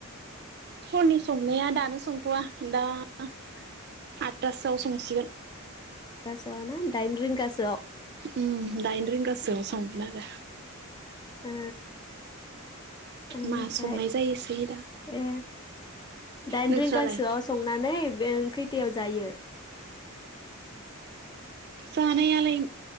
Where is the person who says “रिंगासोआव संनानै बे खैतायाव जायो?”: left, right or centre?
Left